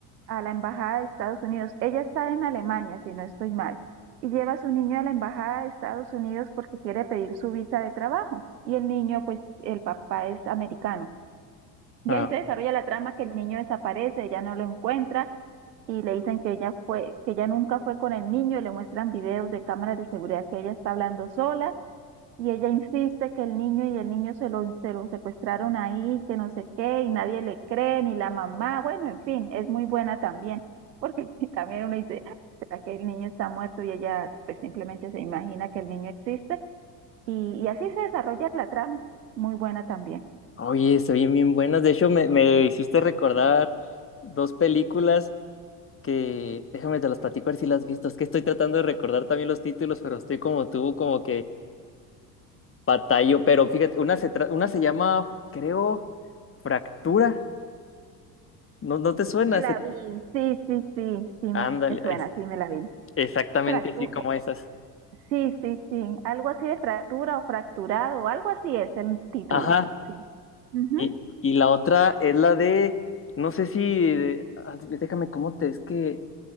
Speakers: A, on the right; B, on the left.
A: a la embajada de Estados Unidos. Ella está en Alemania, si no estoy mal, y lleva a su niño a la embajada de Estados Unidos porque quiere pedir su visa de trabajo. Y el niño, pues el papá es americano. Y
B: Ah.
A: ahí se desarrolla la trama que el niño desaparece, ella no lo encuentra y le dicen que ella fue, que ella nunca fue con el niño, le muestran videos de cámaras de seguridad que ella está hablando sola y ella insiste que el niño y el niño se lo, se lo secuestraron ahí, que no sé qué, y nadie le cree, ni la mamá, bueno, en fin, es muy buena también, porque <laughs> también uno dice, "Ay, ¿será que el niño está muerto? Y ella pues simplemente se imagina que el niño existe, y, y así se desarrolla la trama, muy buena también.
B: Oye, se oyen bien buenas. De hecho, me, me hiciste recordar dos películas que, déjame te las platico a ver si las has visto. Es que estoy tratando de recordar también los títulos, pero estoy como tú, como que batallo. Pero fíjate, una se, tra- una se llama, creo, Fractura. ¿No, no te suena?
A: Me la
B: Se-
A: vi, sí, sí, sí, sí
B: Ándale,
A: me suena,
B: es-
A: sí me la vi.
B: exactamente
A: Fractu
B: así como esas.
A: sí, sí, sí, algo así de fractura o fracturado, algo así es el título,
B: Ajá.
A: sí. Ujú.
B: Y, y la otra es la de, no sé si, de- ah, déjame cómo te, es que